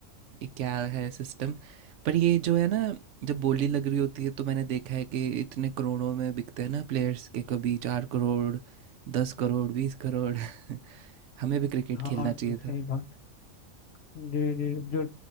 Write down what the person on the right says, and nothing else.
ये क्या है सिस्टम पर ये जो है ना जब बोली लग रही होती है तो मैंने देखा है कि इतने करोड़ों में बिकते हैं ना प्लेयर्स के कभी चार करोड़ दस करोड़ बीस करोड़ <laughs> हमें भी क्रिकेट
खेलना चाहिए
था